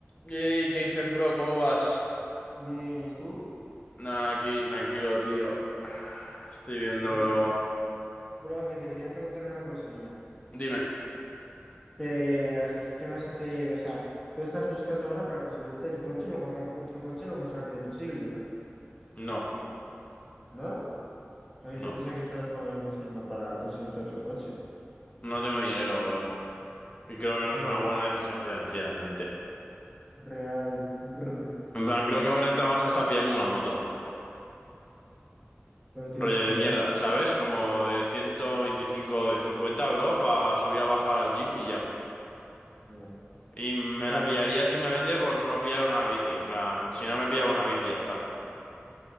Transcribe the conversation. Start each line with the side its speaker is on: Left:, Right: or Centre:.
Left: Yey, ¿qué dices, bro? ¿Cómo vas?
Centre: Bien, ¿y tú?
Left: Nada, aquí, tranquilo, tío. Estoy viendo,
Centre: Ah,
Left: bro.
Centre: bro, que te quería preguntar una cosa ya.
Left: Dime.
Centre: ¿Qué, qué vas a hacer? O sea, tú estás buscando ahora para conseguirte el coche lo más rap- otro coche lo más rápido posible, ¿no?
Left: No,
Centre: ¿No? Ay,
Left: no.
Centre: yo pensaba que estabas como ahí buscando para conseguirte otro coche.
Left: No tengo dinero, bro. Y creo que no
Centre: Ah,
Left: es una buena decisión financieramente.
Centre: real, brr,
Left: En plan, creo que me renta más hasta pillarme una moto.
Centre: pero tienes,
Left: Rollo
Centre: tendrías
Left: de mierda,
Centre: que...
Left: ¿sabes? Como de 125 o de 50, bro, para subir a bajar al gym y ya.
Centre: Ya,
Left: Y me
Centre: pero-
Left: la pillaría simplemente por no pillar una bici. En plan, si no me pillaba una bici, ya está.